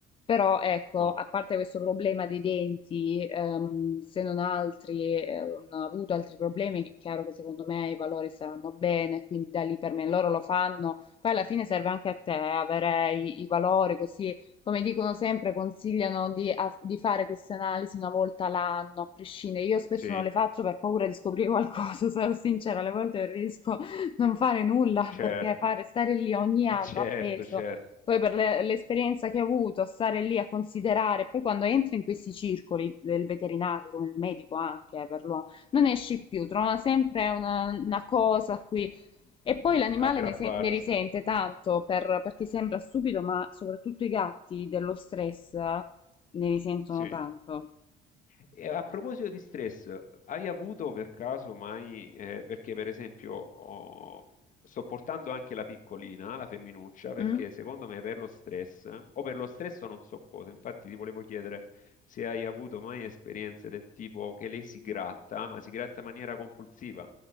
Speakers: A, on the left (about 30°); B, on the left (about 50°).
A: però ecco,
B: no,
A: a parte questo problema dei denti, ehm, se non altri, eh, non ho avuto altri problemi, è chiaro che secondo me i valori saranno bene, quindi da lì per me loro lo fanno. Poi alla fine serve anche a te avere i, i valori, così come dicono sempre, consigliano di, a- di fare queste analisi una volta l'anno, a prescindere. Io spesso
B: sì,
A: non le faccio per paura di scoprire qualcosa, <laughs> sarò sincera, alle volte preferisco non fare nulla
B: certo,
A: perché fare stare lì ogni anno
B: <laughs> certo,
A: appeso.
B: certo.
A: Poi per le- l'esperienza che ho avuto, stare lì a considerare, poi quando entri in questi circoli del veterinario, come il medico anche, eh, per l'uomo, non esci più, trova sempre una, una cosa a cui... E poi l'animale
B: Aggrapparsi,
A: ne, se- ne risente tanto per- perché sembra stupido, ma soprattutto i gatti dello stress eh, ne risentono
B: sì.
A: tanto.
B: E a proposito di stress, hai avuto per caso mai, eh, perché per esempio ho- sto portando anche la piccolina, la femminuccia, perché
A: Mm?
B: secondo me per lo stress, o per lo stress o non so cosa, infatti ti volevo chiedere se hai avuto mai esperienze del tipo che lei si gratta, ma si gratta in maniera compulsiva,